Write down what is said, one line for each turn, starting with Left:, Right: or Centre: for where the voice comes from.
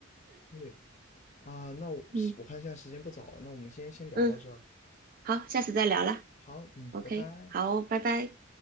Left: 对啊，那我我看现在时间不早了，
Right: 嗯
Left: 那我们今天先聊到这儿
Right: 嗯，好，下次再聊了。
Left: 好，嗯，
Right: OK，
Left: 拜拜。
Right: 好，拜拜。